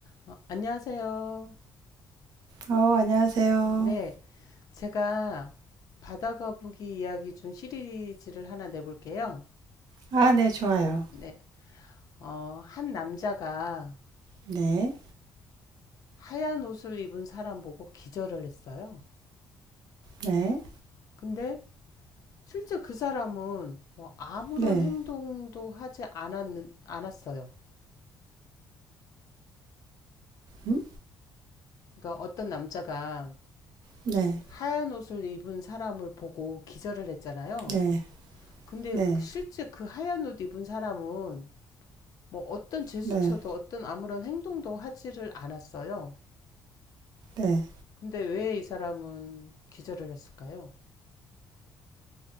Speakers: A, on the left (about 55°); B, on the right (about 75°).
A: 어, 안녕하세요.
B: 어, 안녕하세요.
A: 네, 제가 바다거북이 이야기 중 시리즈를 하나 내볼게요.
B: 아, 네, 좋아요.
A: 네, 어, 한 남자가
B: 네,
A: 하얀 옷을 입은 사람 보고 기절을 했어요.
B: 네,
A: 근데 실제 그 사람은 뭐 아무런
B: 네,
A: 행동도 하지 않았, 않았어요.
B: 음?
A: 그러니까 어떤 남자가
B: 네,
A: 하얀 옷을 입은 사람을 보고 기절을 했잖아요.
B: 네,
A: 근데
B: 네,
A: 실제 그 하얀 옷 입은 사람은 뭐 어떤 제스처도
B: 네,
A: 어떤 아무런 행동도 하지를 않았어요.
B: 네.
A: 근데 왜 이 사람은 기절을 했을까요?